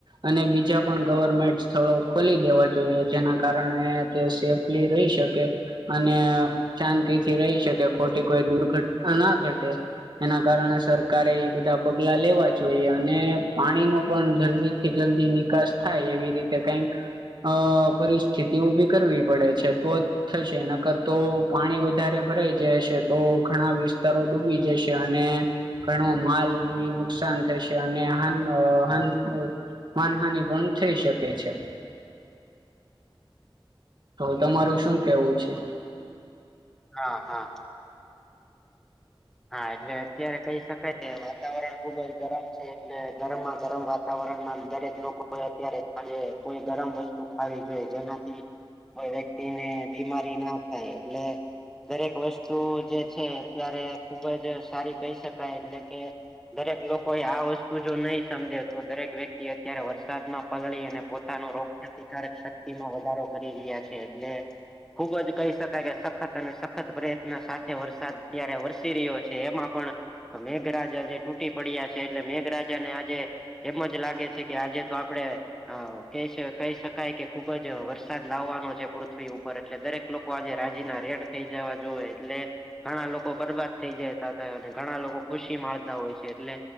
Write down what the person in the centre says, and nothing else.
હા હા હા એટલે અત્યારે કહી શકાય વાતાવરણ ખુબ જ ગરમ છે એટલે ગરમમાં ગરમ વા વાતાવરણમાં દરેક લોકો એ અત્યારે સાંજે કોઈ ગરમ વસ્તુ ખાવી જોઈએ જેનાથી કોઈ વ્યક્તિ ને બીમારી ના થાય એટલે દરેક વસ્તુ જે છે અત્યારે ખુબ જ સારી કહી શકાય એટલે કે દરેક લોકો એ આ વસ્તુ જો નહી સમજે તો દરેક વ્યક્તિ અત્યારે વરસાદમાં પલળી અને પોતાનું રો પ્રતિકારક શક્તિમાં વધારો કરી રહ્યા છે એટલે ખુબ જ કહી શકાય કે સખત અને સખત પ્રયત્ન સાથે વરસાદ ત્યારે વર વરસી રીઓ છે એમાં પણ મેઘરાજા જે તૂટી પડ્યા છે એટલે મેઘરાજા ને આજે એમ જ લાગે છે કે આજે તો આપણે હ ક કહી શકાય કે ખુબ જ વરસાદ લાવવાનો છે પૃથ્વી ઉપર એટલે દરેક લોકો આજે રાજીના રેડ થઈ જવા જોવેએ એટલે ઘણા લોકો બરબાદ થઇ જતા થ અને ઘણા લોકો ખુશી માણતા હોય છે એટલે